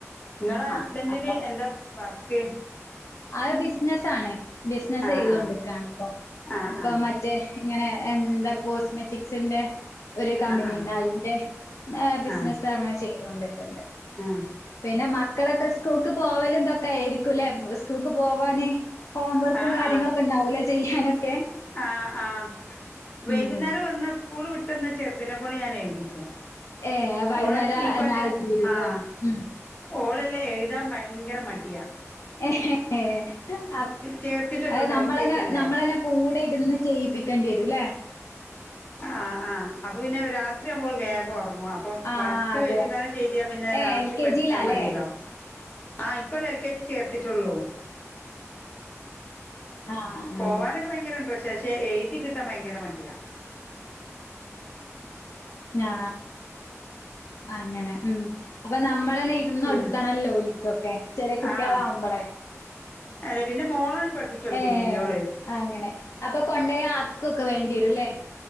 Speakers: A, on the left (about 35°); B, on the left (about 70°).
A: ങ്ങളെ ഹസ്ബന്റിന്
B: ആ അപ്പം
A: എന്താ വർക്ക്
B: അത് ബിസ്നസ്സാണ് ബിസിനസ്സ്
A: ആഹ്
B: ചെയ്തോണ്ട്ക്കാണ്
A: ആഹ്
B: പ്പൊ
A: ആഹ്
B: അപ്പൊ
A: ആഹ്
B: മ റ്റേ ങ്ങനെ എന്താ കോസ്മെറ്റിക്സിന്റെ ഒരു കമ്പനിണ്ട്
A: ആഹ്
B: അയ്ന്റെ ഏഹ് ബിസിനസ്സ്
A: ആഹ് ആഹ്
B: അങ്ങനെ ചെയ്തൊണ്ടിക്ക്ണ്ട്
A: ആഹ്
B: പിന്നെ മക്കളൊക്കെ സ്കൂൾക്ക് പോവലും തൊക്കെ ആയിരിക്കുംലേ സ് സ്കൂൾക്ക് പോവാന് ഹോം വർക്കും
A: ആഹ്
B: കാര്യങ്ങളൊക്കെ
A: ആഹ്
B: ണ്ടാവൂലെ ചെയ്യാനൊക്കെ
A: ആഹ് ആഹ് വൈകുന്നേരം
B: ഉം
A: വന്ന സ്കൂൾ വിട്ടന്ന ചെർതിനെക്കൊണ്ട് ഞാനെയ്തിക്കും
B: ഏഹ് വൈകുന്നേരം
A: മോള് ഈ കൊല്ല്
B: എന്നാ അത് തീരുംല്ലേ?
A: ആഹ്
B: ഉം.
A: ഓളല്ലേ എഴ്താൻ ഭയങ്കര മട്യ
B: ഏഹ് ഹേ അ
A: ചേർത്തിട്ടല്ലേള്ളൂ
B: നമ്മളെന്നേ
A: എൽ കെ ജി അല്ലേ
B: നമ്മളെന്നെ കൂടെ ഇരുന്ന് ചെയ്യിപ്പിക്കണ്ട്യരും ലെ
A: ആഹ് ആഹ് അപ്പൊ പിന്നെ രാത്രിയാമ്പോൾ വേ ഒറങ്ങും അപ്പം
B: ആഹ്
A: വർക്ക്
B: അതെ.
A: വൈകുന്നേരം ചെയ്തിയാ പിന്നെ
B: ഏഹ്
A: രാത്രി
B: എൽ കെ
A: പഠിച്ചാ
B: ജിയിലാല്ലേ?
A: മതിയല്ലോ ആഹ് ഇക്കൊല്ലം എൽ കെ ജി ചേർത്തിട്ടുള്ളൂ
B: ആഹ്
A: പോവാനൊക്കെ
B: ആഹ്.
A: ഭയങ്കര ഇൻട്രസ്റ്റാ ക്ഷേ എയ്തി കിട്ടാൻ ഭയങ്കര മടിയാ
B: ഞാ അങ്ങനെ മ് അപ്പൊ നമ്മളന്നെ ഇരുന്നോട്ക്കണല്ലോ
A: ഉം
B: ഓൽക്കൊക്കെ ചെറിയെ കുട്ട്യാളാവുമ്പള്
A: ആഹ് അതെ പിന്നെ മോളാണ് പഠിപ്പിച്ചു കൊടുക്കല്
B: ഏഹ്
A: വല്യോള്
B: അങ്ങനെ അപ്പൊ കൊണ്ടയാക്കൊക്കെ വേണ്ടിയെരും ല്ലേ